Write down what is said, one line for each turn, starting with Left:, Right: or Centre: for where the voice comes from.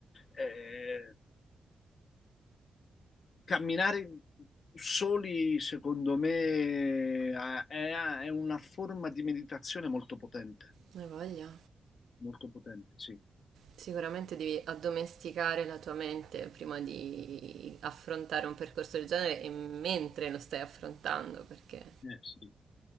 Left: eh, Camminare soli, secondo me, è, è una forma di meditazione molto potente,
Right: Non voglia.
Left: molto potente, sì.
Right: Sicuramente devi addomesticare la tua mente prima di affrontare un percorso del genere e mentre lo stai affrontando, perché
Left: Eh, sì,